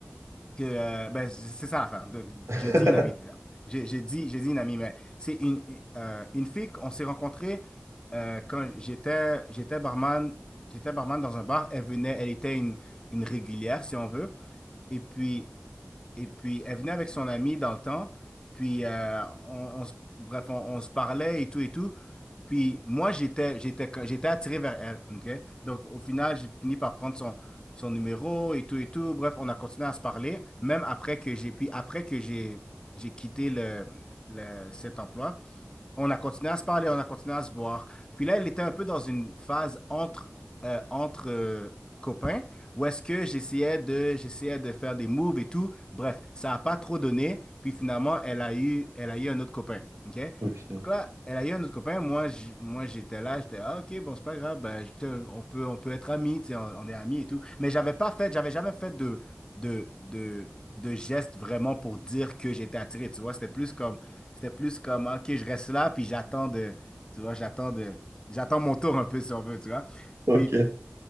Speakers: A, on the left (about 20°); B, on the right (about 85°).
A: que, euh, ben, c'est c'est ça l'affaire. Donc,
B: <laughs>
A: je dis une amie déjà. J'ai j'ai dit, j'ai dit une amie, mais c'est une, une euh, une fille qu'on s'est rencontrée euh, quand j'étais, j'étais barman, j'étais barman dans un bar. Elle venait, elle était une, une régulière, si on veut. Et puis, et puis, elle venait avec son amie dans le temps. Puis, euh, on, on se- bref, on, on se parlait et tout et tout. Puis, moi, j'étais, j'étais, co- j'étais attiré vers elle. OK? Donc, au final, j'ai fini par prendre son, son numéro et tout et tout. Bref, on a continué à se parler, même après que j'ai, puis après que j'ai, j'ai quitté le, le- cet emploi on a continué à se parler, on a continué à se voir. Puis là, elle était un peu dans une phase entre, euh, entre euh, copains, où est-ce que j'essayais de, j'essayais de faire des moves et tout. Bref, ça n'a pas trop donné. Puis finalement, elle a eu, elle a eu un autre copain. OK?
B: Ok.
A: Donc là, elle a eu un autre copain. Moi, j- moi j'étais là, j'étais, ah, ok, bon, c'est pas grave, ben, je te- on peut, on peut être amis, tu sais, on, on est amis et tout. Mais j'avais pas fait, j'avais jamais fait de, de, de, de geste vraiment pour dire que j'étais attiré, tu vois. C'était plus comme, c'était plus comme, OK, je reste là, puis j'attends de, tu vois, j'attends de, j'attends mon tour un peu, si on veut, tu vois.
B: Ok.
A: Puis,